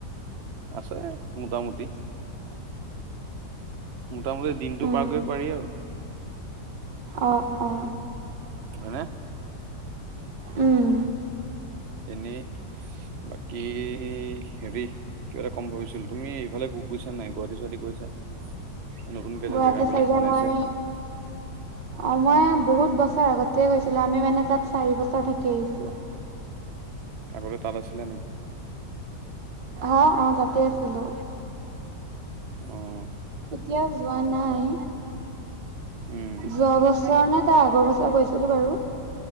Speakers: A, on the right (about 45°); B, on the right (about 80°).
A: আছে মোটামুটি মোটামুটি দিনটো
B: উম
A: পাৰকৈ পাৰি। আৰু
B: অ অ
A: হনে
B: উম
A: এনেই বাকী হেৰি কিব এটা কম ভিছিলো তুমি এইফালে গ গৈছা নাই গুৱাহাটী চুৱাহাট গৈছা। নতুনকে যে
B: গুৱাহাটী
A: জেগাবলাক
B: চাইডে
A: বনাইছে।
B: মই অ মই বহুত বছৰ আগতে গৈছিলো আমি মানে তাত চাৰি বছৰ থাকি আহিছো।
A: আগতে তাত আছিলে নেকি?
B: অ অ তাতে আছিলো।
A: উম
B: এতিয়া যোৱা নাই
A: উম
B: যোৱা বছৰ নে। এটা আগৰ বছৰ গৈছিলো। বাৰু